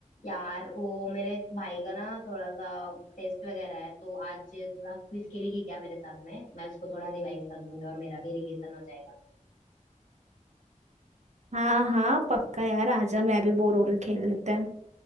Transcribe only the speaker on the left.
यार वो मेरे भाई का ना थोड़ा सा टेस्ट वगैरह है तो आज थोड़ा क्विज खेलेगी क्या मेरे साथ में मैं उसको थोड़ा रिवाइज कर दूंगी और मेरा भी रिवीजन हो जाएगा